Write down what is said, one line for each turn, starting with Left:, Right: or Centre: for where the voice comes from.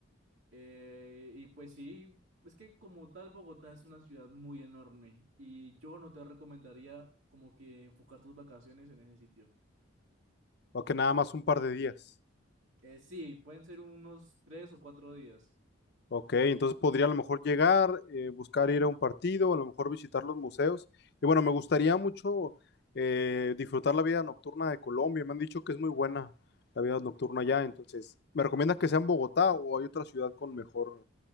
Right: Eh, y pues sí, es que como tal Bogotá es una ciudad muy enorme y yo no te recomendaría como que enfocar tus vacaciones en ese sitio.
Left: o que nada más un par de días.
Right: Eh, sí, pueden ser unos tres o cuatro días.
Left: Ok, entonces podría a lo mejor llegar, eh, buscar ir a un partido, a lo mejor visitar los museos. Y bueno, me gustaría mucho eh, disfrutar la vida nocturna de Colombia. Me han dicho que es muy buena la vida nocturna allá. Entonces, ¿me recomiendas que sea en Bogotá o hay otra ciudad con mejor,